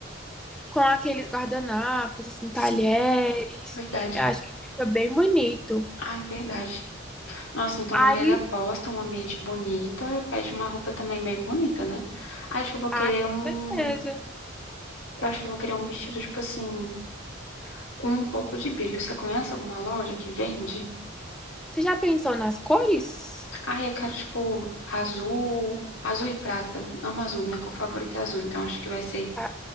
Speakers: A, in the centre; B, on the left.
A: com aqueles guardanapos, assim, talheres.
B: Sim, verdade.
A: Eu acho que fica bem bonito.
B: Ah, é verdade. Nossa, então
A: Aí,
B: uma mesa posta, um ambiente bonito, aí eu pede uma roupa também bem bonita, né? Acho que eu vou querer
A: ai, com
B: um,
A: certeza.
B: eu acho que eu vou querer um vestido tipo assim, com um pouco de brilho. Você conhece alguma loja que vende?
A: Você já pensou nas cores?
B: Ah, eu quero tipo azul, azul e prata. Amo azul, minha cor favorita é azul, então acho que vai ser
A: Ah,